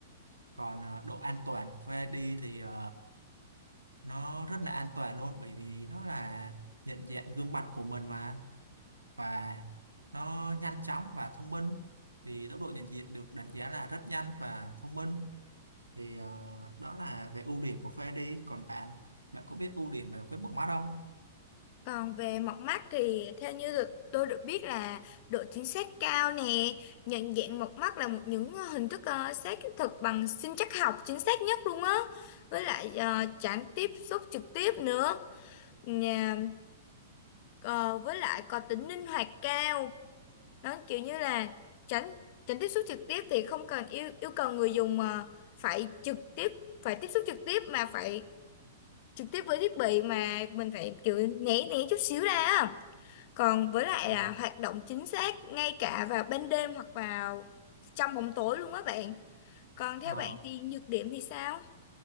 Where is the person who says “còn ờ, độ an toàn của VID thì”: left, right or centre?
Right